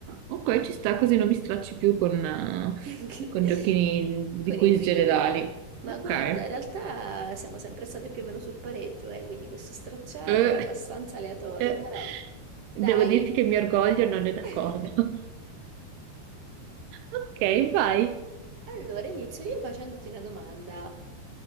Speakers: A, on the right; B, on the right.
A: ok, ci sta così non mi stracci più con, eh,
B: <laughs>
A: con giochini
B: Con
A: di quiz
B: i trivia.
A: generali.
B: Ma
A: Ok.
B: guarda, in realtà siamo sempre state più o meno sul pareggio, eh, quindi questo stracciare
A: Eh,
B: è abbastanza aleatorio,
A: eh,
B: però dai.
A: devo dirti che il mio orgoglio non è d'accordo.
B: <laughs>
A: <laughs> Ok, vai.
B: Allora, inizio io facendoti una domanda.